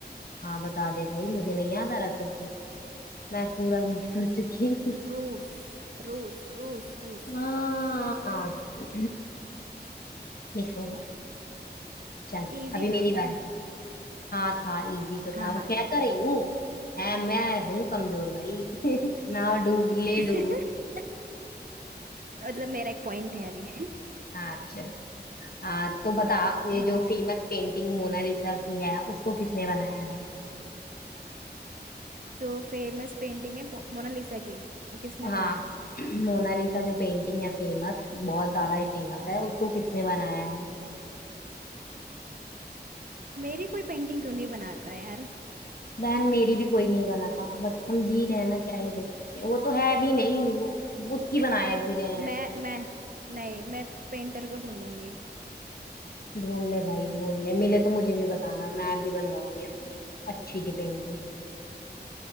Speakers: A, on the left; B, on the right.
A: हाँ बता दे भाई मुझे नहीं याद आ रहा फिर तो मैं पूरा गेस कर चुकी हूँ।
B: रूस रूस रूस रूस
A: हाँ <clears throat> मिस हो गया चल
B: इजी
A: अभी मेरी
B: था
A: बारी
B: पता है
A: हाँ था इजी तो
B: हाँ
A: था वो
B: हाँ
A: कह
B: ठीक
A: तो
B: है
A: रही हूँ है मैं हूँ कमजोर भाई ना और डूब ले
B: <laughs>
A: डूब
B: मतलब मेरा एक पॉइंट है अभी <laughs>
A: हाँ चल चल हाँ तो बता ये
B: हम्म
A: जो फेमस पेंटिंग मोनालिसा की है उसको किसने बनाया है
B: जो फेमस पेंटिंग है पो- मोनालिसा की वो किसने
A: हाँ
B: बनाया है?
A: <clears throat> मोनालिसा जो पेंटिंग है फेमस बहुत ज्यादा ही फेमस है उसको किसने बनाया है
B: मेरी कोई पेंटिंग क्यों नहीं बनाता यार
A: बहन मेरी भी कोई नहीं बना था बट हम जी रहे हैं ना क्या ही बोल सकते हैं वो तो है भी नहीं वो-
B: <laughs>
A: उसकी बनाए फिरे हैं
B: मैं मैं नहीं मैं पेंटर को ढूंढूंगी
A: ढूंढ ले भाई ढूंढ ले मिले तो मुझे भी बताना मैं भी बनवाऊंगी अपनी एक अच्छी सी पेंटिंग